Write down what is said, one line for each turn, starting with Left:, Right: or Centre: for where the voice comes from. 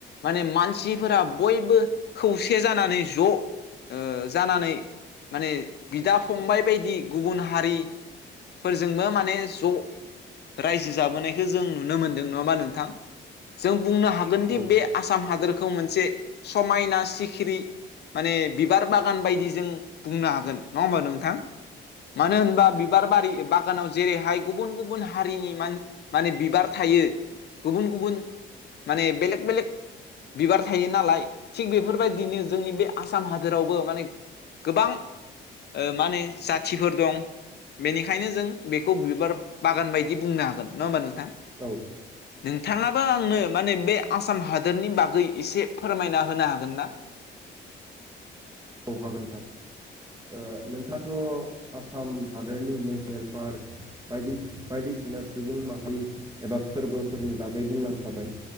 Left: माने मानसिफोरा बयबो खौसे जानानै ज' ओ जानानै माने बिदा फंबाय बायदि गुबुन हारि फोरजोंबो माने ज' रायजो जाबोनायखौ जों नुनो मोनदों नङा होनबा नोंथां? जों बुंनो हागोन
Right: औ
Left: दि
Right: औ
Left: बे आसाम हादोरखौ मोनसे समायना सिखिरि माने बिबार बागान बायदि जों बुंनो हागोन नङा होमबा नोंथां? मानो होनबा बे बिबार बारि बागानाव जेरैहाय गुबुन गुबुन हारिनि मा-माने बिबार थायो गुबुन गुबुन माने बेलेक बेलेक बिबार थायो नालाय थिग बेफोरबायदिनो जोंनि बे आसाम हादोरावबो माने गोबां ओ माने जाथिफोर दं। बेनिखायनो जों बेखौ बिबार बागान बायदि बुंनो हागोन। नङा होमबा नोंथां?
Right: औ।
Left: नोंथाङाबो आंनो माने बे आसाम हाद दोरनि बागै एसे फोरमायना होनो हागोन ना?
Right: औ हागोन नोंथां। ओ नोंथाथ' आसाम हादोरनि नेसनेल पार्क बायदि बायदिसिना सुबुं माहारि एबा फोरबोफोरनि बागै बुंलांखाबाय।